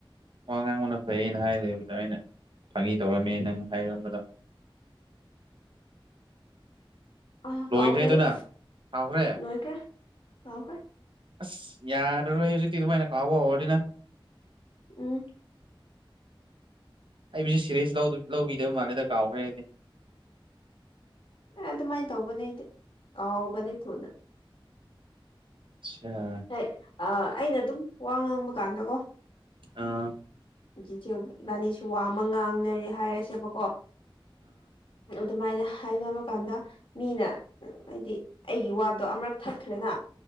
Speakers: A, on the right; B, on the left.
A: ꯋꯥ ꯉꯥꯡꯕꯅ ꯐꯩꯌꯦꯅ ꯍꯥꯏꯔꯦꯕ ꯑꯗꯨꯃꯥꯏꯅ ꯐꯒꯤ ꯇꯧꯔꯝꯃꯦ ꯅꯪ ꯍꯥꯏꯔꯝꯕꯗꯣ
B: ꯑ
A: ꯂꯣꯏꯈ꯭ꯔꯦꯗꯨꯅ
B: ꯀꯥꯎ ꯈꯔꯦꯗ
A: ꯀꯥꯎꯈ꯭ꯔꯦ
B: ꯂꯣꯏꯈ꯭ꯔꯦ ꯀꯥꯎꯈ꯭ꯔꯦ
A: ꯑꯁ ꯌꯥꯔꯔꯣꯏ ꯍꯧꯖꯤꯛꯇꯤ ꯑꯗꯨꯃꯥꯏꯅ ꯀꯥꯎꯕ ꯍꯧꯔꯅꯤꯅ
B: ꯎꯝ
A: ꯑꯩꯕꯨꯁꯨ ꯁꯤꯔꯦꯁ ꯂꯧꯕꯤꯗꯕ ꯃꯥꯜꯂꯦꯗ ꯀꯥꯎꯈ꯭ꯔꯦ ꯍꯥꯏꯗꯤ
B: ꯑꯗꯨꯃꯥꯏꯅ ꯇꯧꯕꯅꯦ ꯀꯥꯎꯒꯅꯤ ꯊꯨꯅ
A: ꯑꯆꯥ
B: ꯍꯣꯏ ꯑꯩꯅ ꯑꯗꯨꯝ ꯋꯥ ꯉꯥꯡꯕ ꯀꯥꯟꯗꯀꯣ
A: ꯑꯥ
B: ꯆꯤꯆꯦ ꯏꯕꯥꯅꯤꯁꯨ ꯋꯥꯃ ꯉꯥꯡꯅꯔꯦ ꯍꯥꯏꯔꯁꯦꯕꯀꯣ ꯑꯗꯨꯃꯥꯏꯅ ꯍꯥꯏꯅꯕ ꯀꯥꯟꯗ ꯃꯤꯅ ꯍꯥꯏꯗꯤ ꯑꯩꯒꯤ ꯋꯥꯗꯣ ꯑꯃꯨꯔꯛ ꯊꯈ꯭ꯔꯦꯅ